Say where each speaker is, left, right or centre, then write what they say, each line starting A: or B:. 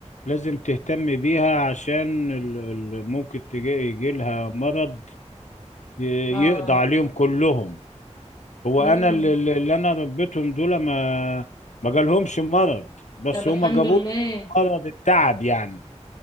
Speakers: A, on the left; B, on the left.
A: لازم تهتم بيها عشان ال... ال- ممكن تجي يجي لها مرض ي-
B: اه
A: يقضى عليهم كلهم هو
B: مم.
A: انا اللي, اللي انا ربيتهم دول ما ما جالهمش مرض بس
B: طب الحمد
A: هما جابوا
B: لله
A: مرض التعب يعني